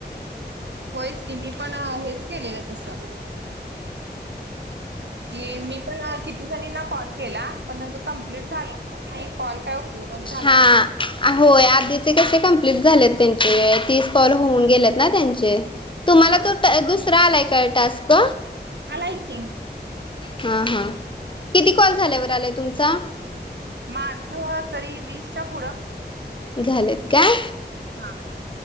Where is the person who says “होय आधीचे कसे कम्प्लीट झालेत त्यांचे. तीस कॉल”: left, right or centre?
Left